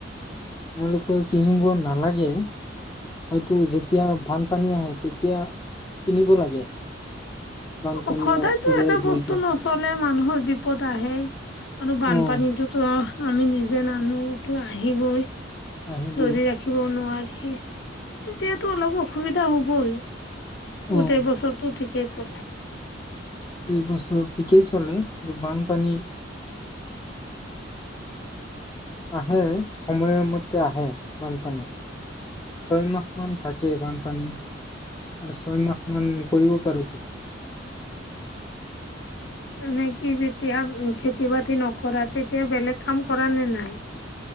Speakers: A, on the left (about 20°); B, on the left (about 65°).
A: আমালোকৰ কিনিব নালাগে হয়তো যেতিয়া বানপানী আহে তেতিয়া কিনিব লাগে বানপানীয়ে
B: অ সদায়তো
A: উৰুৱাই
B: এটা
A: লৈ
B: বস্তু
A: যায়।
B: নচলে মানুহৰ বিপদ আহেই আৰু বানপানীটোতো
A: অ',
B: আমি নিজে নানোটো আহিবই
A: আহিবই।
B: যদি ৰাখিব নোৱাৰি সেই তেতিয়াতো অলপ অসুবিধা হ'বই গোটেই
A: অ',
B: বছৰটো ঠিকেই চলে
A: দুই বছৰ ঠিকেই চলে কিন্তু বানপানী আহে সময়মতে আহে বানপানী ছয়মাহ মান থাকে বানপানী আৰু ছয়মাহ মান কৰিব পাৰো খেতি
B: এনেকি যেতিয়া খেতি -বাতি নকৰা তেতিয়া বেলেগ কাম কৰা নে নাই?